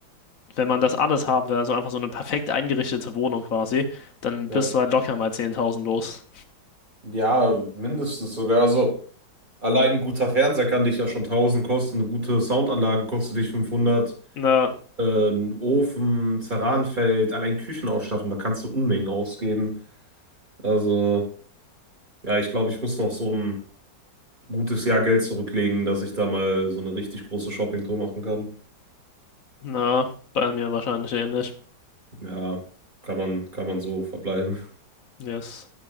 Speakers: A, on the left; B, on the right.
A: wenn man das alles haben will, also einfach so eine perfekt eingerichtete Wohnung quasi, dann
B: Ja.
A: bist du halt locker mal zehntausend los.
B: Ja, mindestens sogar. Also allein ein guter Fernseher kann dich ja schon tausend kosten, eine gute Soundanlage kostet dich 500,
A: Na,
B: äh, ein Ofen, Zeranfeld, allein Küchenausstattung, da kannst du Unmengen ausgeben. Also ja, ich glaube, ich muss noch so ein gutes Jahr Geld zurücklegen, dass ich da mal so eine richtig große Shoppingtour machen kann.
A: na, bei mir wahrscheinlich ähnlich.
B: Ja, kann man, kann man so verbleiben.
A: Yes.